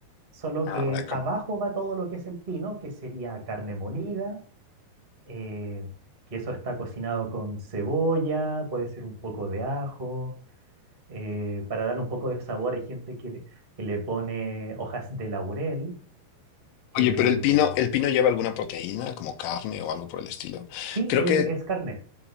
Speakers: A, on the right; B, on the left.
A: solo
B: Ah,
A: que
B: De ok. acuerdo.
A: abajo va todo lo que es el pino, que sería carne molida, eh, que eso está cocinado con cebolla, puede ser un poco de ajo. eh, para darle un poco de sabor, hay gente que le, que le pone hojas de laurel. em,
B: Oye, pero el pino, el pino lleva alguna proteína, como carne o algo por el estilo.
A: sí,
B: Creo
A: eh,
B: que,
A: es carne,